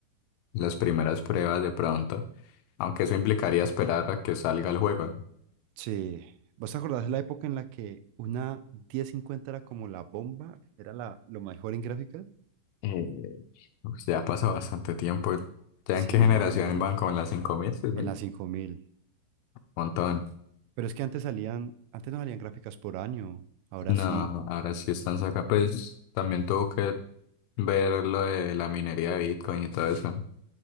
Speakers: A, on the left; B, on the right.
A: las primeras pruebas de pronto, aunque eso implicaría esperar a que salga el juego, ¿no?
B: Sí, ¿vos te acordás de la época en la que una 1050 era como la bomba? Era la, lo mejor en gráficas.
A: Eh, pues ya pasó bastante tiempo. ¿Ya
B: Sí,
A: en qué generación van? ¿Como en las 5000, mil
B: en la 5000.
A: Montón.
B: Pero es que antes salían, antes no salían gráficas por año, ahora
A: No,
B: sí,
A: ahora sí están sacando. Pues también tuvo que ver lo de la minería de Bitcoin y todo eso. ¿no?